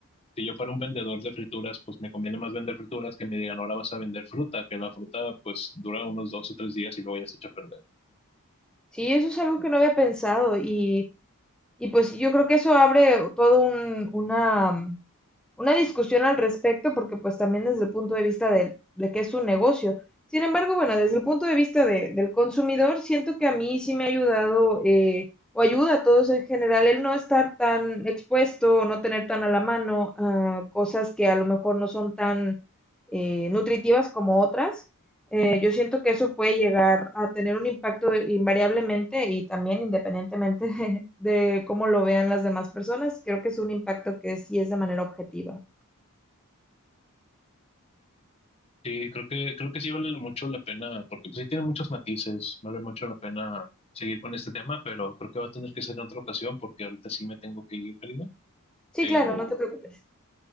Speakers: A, on the left (about 25°); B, in the centre.
A: si yo fuera un vendedor de frituras, pues me conviene más vender frituras que me digan, ahora vas a vender fruta, que la fruta pues dura unos dos o tres días y luego ya se echa a perder.
B: Sí, eso es algo que no había pensado y, y pues yo creo que eso abre todo un- una, una discusión al respecto porque pues también desde el punto de vista de, de que es un negocio. Sin embargo, bueno, desde el punto de vista de- del consumidor, siento que a mí sí me ha ayudado eh, o ayuda a todos en general el no estar tan expuesto o no tener tan a la mano ah, cosas que a lo mejor no son tan eh, nutritivas como otras. Eh, yo siento que eso puede llegar a tener un impacto invariablemente y también independientemente <laughs> de, de cómo lo vean las demás personas. Creo que es un impacto que sí es de manera objetiva.
A: Sí, creo que, creo que sí vale mucho la pena, porque pues, sí tiene muchos matices, vale mucho la pena seguir con este tema, pero creo que va a tener que ser en otra ocasión, porque ahorita sí me tengo que ir, Karina,
B: Sí,
A: pero...
B: claro, no te preocupes.